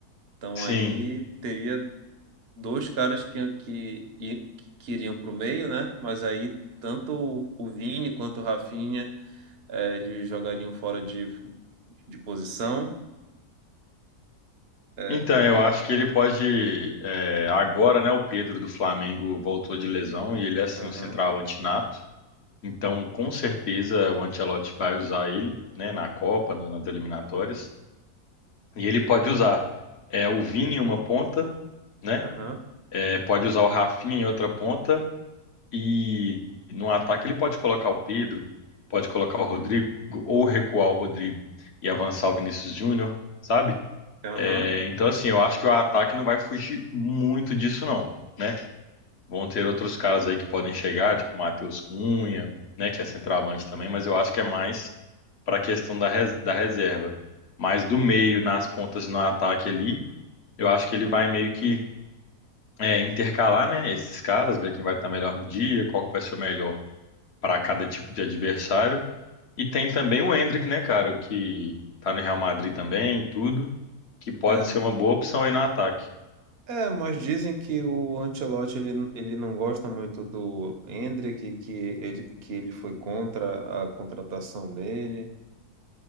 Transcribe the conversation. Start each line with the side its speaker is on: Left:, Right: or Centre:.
Right: Então
Left: Sim.
Right: aí teria dois caras que, que, i- que iriam para o meio, né? Mas aí tanto o o Vini quanto o Rafinha eh, eles jogariam fora de, de posição. É,
Left: Então,
Right: o
Left: eu
Right: que.
Left: acho que ele pode. é, agora, né? O Pedro do Flamengo voltou de lesão e ele é assim,
Right: Aham,
Left: o centroavante nato. Então, com certeza, o Ancelotti vai usar ele, né? Na Copa, no- nas eliminatórias. E ele pode usar é, o Vini em uma ponta, né?
Right: aham,
Left: é, pode usar o Rafinha em outra ponta. E no ataque ele pode colocar o Pedro, pode colocar
Right: uhum,
Left: o Rodrigo, ou recuar o Rodrigo e avançar o Vinícius Júnior, sabe?
Right: aham.
Left: É, então, assim, eu acho que o ataque não vai fugir muito disso, não, né? Vão ter outros caras aí que podem chegar, tipo o Matheus Cunha, né, que é centroavante também, mas eu acho que é mais para a questão da, res- da reserva. Mas do meio, nas pontas, no ataque ali, eu acho que ele vai meio que é, intercalar, né, esses caras, ver quem vai estar melhor no dia, qual que vai ser o melhor para cada tipo de adversário. E tem também o Endrick, né, cara, que tá no Real Madrid também, e tudo, que pode
Right: É,
Left: ser uma boa opção aí no ataque.
Right: é, mas dizem que o Ancelotti ele, ele não gosta muito do Endrick, que ele, que ele foi contra a contratação dele.